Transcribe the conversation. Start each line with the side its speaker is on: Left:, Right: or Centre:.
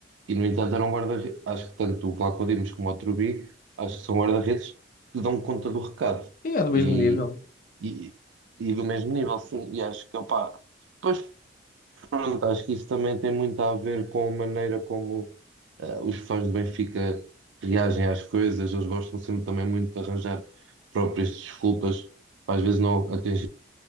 Right: E no entanto era um guarda-redes, acho que tanto o Vlaco Dimos como o Trubi, acho que são guarda-redes que dão conta do recado
Left: Sim, é do
Right: e,
Left: mesmo nível.
Right: e, e do mesmo nível, sim, e acho que opá, pois Pronto, acho que isso também tem muito a ver com a maneira como eh, os fãs do Benfica reagem às coisas. Eles gostam sempre também muito de arranjar próprias desculpas para às vezes não atingir